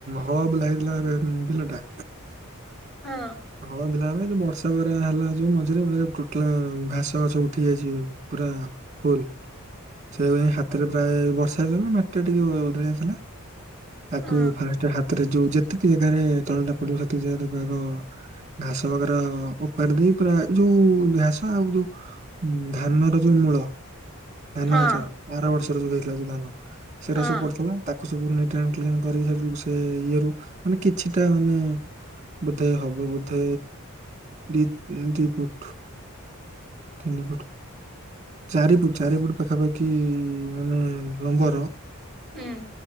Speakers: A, on the right (about 35°); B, in the centre.
A: ହଳ ବୁଲା ହେଇଥିଲା ଏ ବିଲ ଟା।
B: ହଁ
A: ହଳ ବୁଲା ହେଲା ବର୍ଷଙ୍କର ହେଲା ଯୋଉ ମଝିରେ ମ ଟୋଟାଲ ଘାସ ଘସ ଉଠି ଯାଇଛି, ପୁରା ଫୁଲ ସେ ହାତରେ ପ୍ରାୟ ବର୍ଷା ହେଇଥିଲା ମାଟିଟା ଟିକେ ଓଦଳଆଥିଲା ତାକୁ
B: ହଁ
A: ଫାଷ୍ଟ ହାତରେ ଯୋଉ ଯେତିକି ଜାଗାରେ ଚଳଟା ପଡିବ ସେତିକି ଜାଗା ତାକୁ ଆଗ। ଘାସ ବଗେର ଉପାର ଦେଇ ପୁରା ଏ ଯୋଉ ଘାସ ଆଉ ଯୋଉ ଧାନର ଯୋଉ ମୂଳ। ଧାନ
B: ହଁ
A: ଗଛ ଆର ବର୍ଷ। <unintelligible> ରୁ ଧାନ। ସେଇଟା
B: ହଁ
A: ସବୁ ପଡିଥିଲା ତା <unintelligible> ସେ ଇଏ ରୁ ମାନେ କିଛିଟା ମାନେ ବୋଧେ ହ ବୋଧେ ଦି ଦି ଫୁଟ ତିନି ଫୁଟ ଚାରି ଫୁଟ ଚାରି ଫୁଟ ପାଖାପାଖି ମାନେ ଲମ୍ବର
B: ହୁଁ।